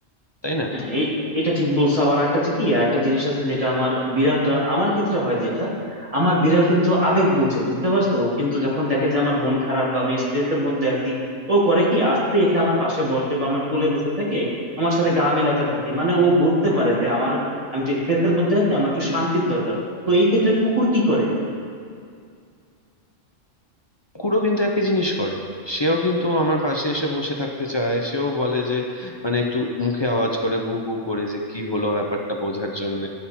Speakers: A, on the left (about 30°); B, on the right (about 30°).
A: তাই না
B: হ্যাঁ এই এটা ঠিক বলছো আবার একটা যে কি একটা জিনিস আছে যেটা আমার বিড়ালটা আমার ক্ষেত্রে হয় যেটা আমার বিড়াল কিন্তু আবেগ বোঝে বুঝতে পারছো ও কিন্তু যখন দেখে যে আমার মন খারাপ বা আমি স্ট্রেসের মধ্যে আছি ও করে কি আস্তে এসে আমার পাশে বসে বা আমার কোলে বসে থেকে আমার সাথে গা মেলাতে থাকে মানে ও বুঝতে পারে যে আমার আমি একটু স্ট্রেসের মধ্যে আছি আমার একটু শান্তির দরকার তো এই ক্ষেত্রে কুকুর কি করে
A: কুকুরও কিন্তু একই জিনিস করে সেও কিন্তু আমার পাশে এসে বসে থাকতে চায় সেও বলে যে মানে একটু মুখে আওয়াজ করে গু গু করে যে কি হলো ব্যাপারটা বোঝার জন্য